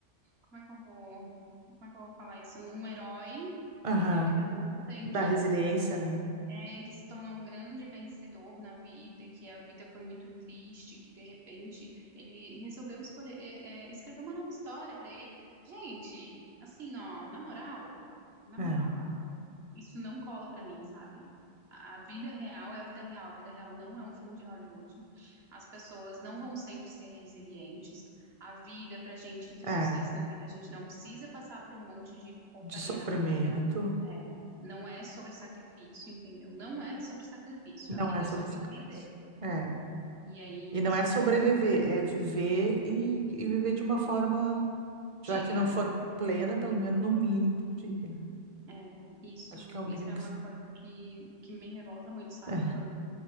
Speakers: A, on the right; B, on the right.
A: como é que eu vou, como é que eu vou falar isso? Num herói
B: Aham.
A: na vida adulta em
B: da
A: que
B: resiliência, né.
A: é, em que se tornou um grande vencedor na vida e que a vida foi muito triste, que de repente ele resolveu escolher, é, é, escrever uma nova história pra ele. Gente, assim, ó, na moral, na
B: É.
A: moral, Marco, isso não cola pra mim, sabe? A vida real é a vida real. A vida real não é um filme de Hollywood. As pessoas não vão sempre ser resilientes. A vida, pra gente ter
B: É,
A: sucesso na vida, a gente não precisa passar por um monte de porcaria
B: de sofrimento.
A: na vida. É, não é sobre sacrifício, entendeu? Não é sobre sacrifício. A
B: Não
A: vida
B: é sobre
A: é sobre
B: sacrifício.
A: viver.
B: É.
A: E aí
B: E não
A: isso
B: é
A: me
B: sobreviver,
A: revolta.
B: é viver e, e viver de uma forma,
A: Digna,
B: já que não for plena, pelo menos, no mínimo, digna.
A: é, isso,
B: Acho que é o mínimo
A: isso é
B: que.
A: uma
B: se-
A: coisa que, que me revolta muito, sabe?
B: É.
A: Quando,